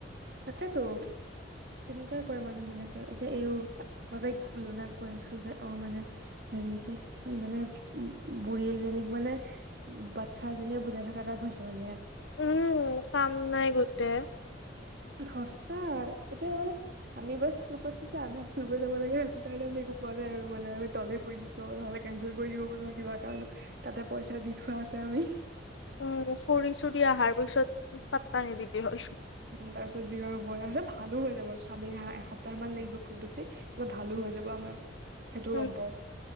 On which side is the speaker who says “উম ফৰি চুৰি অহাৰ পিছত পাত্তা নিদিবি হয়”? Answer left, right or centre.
Left